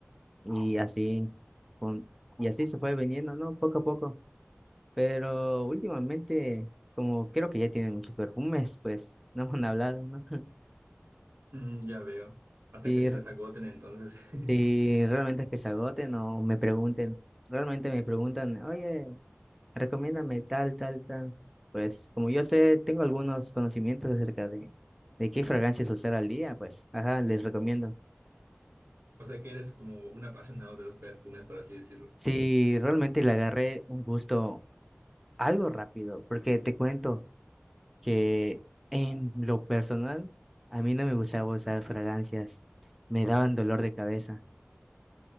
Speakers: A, in the centre; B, on the right.
A: y así con- y así se fue vendiendo, ¿no? Poco a poco. Pero últimamente, como creo que ya tienen muchos perfumes, pues <laughs> no me han hablado, ¿no? <laughs>
B: Mm, ya veo. Hasta
A: Si,
B: que se
A: r-
B: les agoten entonces. <laughs>
A: si realmente es que se agoten o me pregunten, realmente me preguntan, oye, Recomiéndame tal, tal, tal. Pues como yo sé, tengo algunos conocimientos acerca de, de qué fragancias usar al día, pues, ajá, les recomiendo.
B: O sea que eres como un apasionado de los perfumes, por así decirlo.
A: Si realmente le agarré un gusto algo rápido, porque te cuento que en lo personal, a mí no me gustaba usar fragancias, me daban dolor de cabeza.